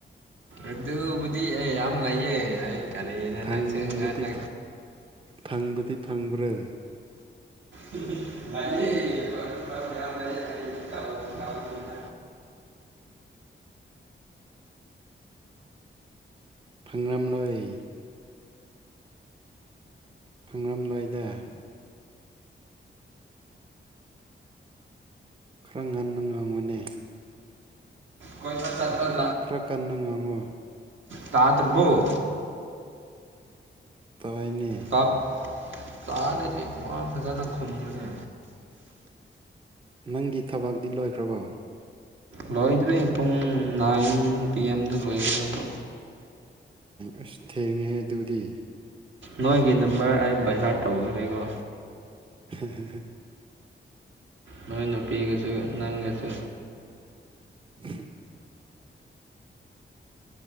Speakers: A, on the right; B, on the right.
A: ꯑꯗꯨꯕꯨꯗꯤ ꯑꯩ ꯌꯥꯝ ꯂꯩꯥꯏꯌꯦ ꯑꯩ ꯀꯔꯤꯅ
B: ꯐꯪꯕꯗꯤ
A: ꯅꯪ ꯁꯛꯉꯥꯟꯗ
B: ꯐꯪꯕꯗꯤ ꯐꯪꯕ꯭ꯔꯥ
A: ꯎ <unintelligible>
B: ꯐꯥꯒ꯭ꯔꯝ ꯂꯣꯏ ꯐꯪꯂꯝꯂꯣꯏꯗ ꯈꯔ ꯉꯟꯅ ꯉꯥꯡꯒꯅꯤ
A: ꯀꯣꯏꯕ ꯆꯠꯄ
B: ꯈꯔ ꯈꯔ ꯀꯟꯅ ꯉꯥꯡꯉꯨ
A: ꯇꯥꯗ꯭ꯔꯕꯨꯣ
B: ꯇꯥꯏꯅꯦ
A: ꯀꯞ ꯇꯥꯗꯗꯤ ꯋꯥ ꯐꯖꯅ ꯈꯨꯝꯕꯁꯦ
B: ꯅꯪꯒꯤ ꯊꯕꯛꯗꯤꯤ ꯂꯣꯏꯈ꯭ꯔꯕꯣ
A: ꯂꯣꯏꯗ꯭ꯔꯦ ꯄꯨꯡ ꯅꯥꯏꯟ ꯄꯤ ꯑꯦꯝꯗ ꯂꯣꯏꯒꯗꯕ
B: ꯑꯁ ꯊꯦꯡꯉꯦꯍ ꯑꯗꯨꯗꯤ
A: ꯅꯣꯏꯒꯤ ꯅꯝꯕꯔ ꯑꯩ ꯕꯩꯍꯥꯔ ꯇꯧꯈ꯭ꯔꯦꯒꯣ
B: ꯍ ꯍ ꯍ
A: ꯅꯣꯏ ꯅꯨꯄꯤꯒꯁꯨ ꯅꯪꯒꯁꯨ
B: ꯎ